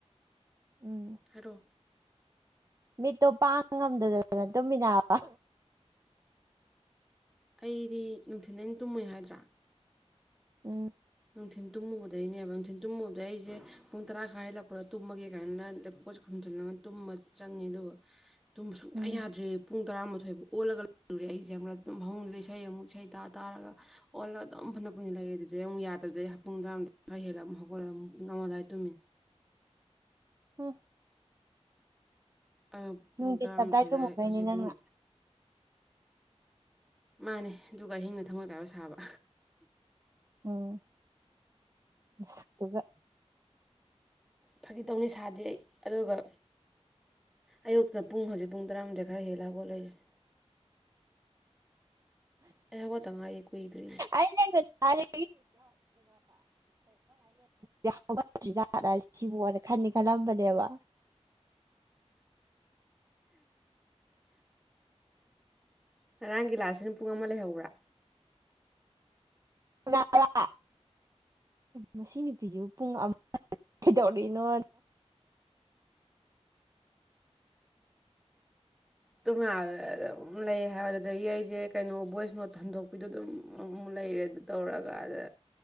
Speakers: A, on the right; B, in the centre.
A: ꯎꯝ
B: ꯍꯣ
A: ꯃꯤꯠꯇꯣ ꯄꯥꯡ ꯉꯝꯗꯗ ꯑꯗꯨꯅ ꯇꯨꯝꯃꯤꯟꯅꯕ
B: ꯑꯩꯗꯤ ꯅꯨꯡꯊꯤꯜꯅꯤ ꯇꯨꯝꯃꯣꯏ ꯍꯥꯏꯗ꯭ꯔꯥ
A: ꯎꯝ
B: ꯅꯨꯡꯊꯤꯟ ꯇꯨꯝꯃꯨꯕꯗꯩꯅꯦꯕ ꯅꯨꯡꯊꯤꯜ ꯇꯨꯝꯃꯨꯕꯗꯩ ꯑꯩꯁꯦ ꯄꯨꯡ ꯇꯔꯥ ꯈꯔ ꯍꯜꯂꯛꯄꯗ ꯇꯨꯝꯃꯒꯦ ꯀꯥꯏꯅ ꯂꯦꯞ ꯄꯣꯠ ꯈꯣꯝꯖꯤꯜꯂꯒ ꯇꯨꯝꯕ ꯆꯪꯉꯦ ꯑꯗꯨꯕꯨ ꯑꯗꯨꯨꯝꯝ ꯁꯨꯡꯌꯥ
A: ꯎꯝ
B: ꯌꯥꯗ꯭ꯔꯦ ꯄꯨꯡ ꯇꯔꯥꯃꯥꯊꯣꯏꯕꯨ ꯑꯣꯜꯂꯒ ꯂꯩꯔꯨꯔꯦ ꯑꯩꯁꯦ ꯍ ꯑꯗꯨꯝ ꯐꯃꯨꯡꯗꯨꯗ ꯏꯁꯩ ꯑꯃꯨꯛ ꯏꯁꯩ ꯇꯥ ꯇꯥꯔꯒ ꯑꯣꯜꯂꯒ ꯑꯗꯨꯝ ꯐꯅ ꯀꯨꯏꯅ ꯂꯩꯔꯦ ꯑꯗꯨꯗꯩ ꯑꯃꯨꯛ ꯌꯥꯔꯦ ꯃꯇꯝꯗꯩ ꯄꯨꯡ ꯇꯔꯥꯃꯗ ꯈꯔ ꯍꯦꯜꯂꯒ ꯑꯃꯨ ꯍꯧꯒꯠꯂꯛ ꯑꯃꯨ ꯉꯝꯃ ꯑꯗꯨꯋꯥꯏ ꯇꯨꯝꯃꯤ
A: ꯎꯝ
B: ꯑꯌꯨꯛ ꯄꯨꯡ
A: ꯅꯨꯡꯊꯤꯟ
B: ꯇꯔꯥꯃꯥꯊꯣꯏꯗ
A: ꯇꯞꯇꯥꯏ ꯆꯨꯝꯃꯨꯕꯩꯅꯤ
B: ꯍꯧꯖꯤꯛ
A: ꯅꯪꯅ
B: ꯄꯨꯡ ꯃꯥꯅꯦ ꯑꯗꯨꯒ ꯑꯍꯤꯡꯗ ꯊꯝꯃꯣꯏ ꯀꯥꯏꯕ ꯁꯥꯕ
A: ꯎꯝ ꯑꯗꯨꯒꯒ
B: ꯐꯥꯒꯤ ꯇꯧꯅꯤ ꯁꯥꯗꯦ ꯑꯩ ꯑꯗꯨꯒ ꯑꯌꯨꯛꯇꯅ ꯄꯨꯡ ꯍꯧꯖꯤꯛ ꯄꯨꯡ ꯇꯔꯥꯃꯨꯝꯊꯣꯏ ꯈꯔ ꯍꯦꯜꯂꯒ ꯈꯣꯠꯂꯔꯤꯁꯤ ꯑꯩ ꯍꯧꯒꯠꯇ ꯉꯥꯏꯔꯤ ꯀꯨꯏꯗ꯭ꯔꯤ
A: ꯩꯅ ꯥꯏ ꯍꯧꯒꯠꯇ꯭ꯔꯤꯖꯥꯠ ꯁꯤꯕꯨꯅ ꯈꯅꯤ ꯈꯜꯂꯝꯕꯅꯦꯕ
B: ꯉꯔꯥꯡꯒꯤ ꯂꯥꯁꯤꯅ ꯄꯨꯡ ꯑꯃ ꯂꯩꯍꯧꯕ꯭ꯔꯥ
A: <unintelligible> ꯃꯁꯤ ꯅꯨꯄꯤꯗꯨꯕꯨ ꯄꯨꯡ ꯇꯧꯅꯣꯅ
B: ꯇꯣꯉꯥꯟꯝ ꯂꯩꯔꯦ ꯍꯥꯏꯕꯗ ꯌꯩꯁꯦ ꯀꯩꯅꯣ ꯚꯣꯏꯁ ꯅꯣꯠ ꯍꯟꯗꯣꯛꯄꯤꯗꯣ ꯑꯗꯨꯝ ꯑꯃꯨꯛ ꯂꯩꯔꯦ ꯑꯗꯨ ꯇꯧꯔꯒ ꯑꯗ